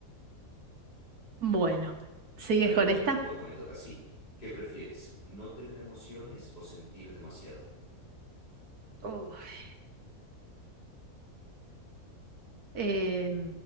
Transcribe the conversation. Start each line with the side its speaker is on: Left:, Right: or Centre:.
Right: Bueno, ¿sigues
Left: Dale,
Right: con
Left: dale,
Right: esta?
Left: me toca, me toca, sí. ¿Qué prefieres? ¿No tener emociones o sentir demasiado?
Right: Uf. Eh,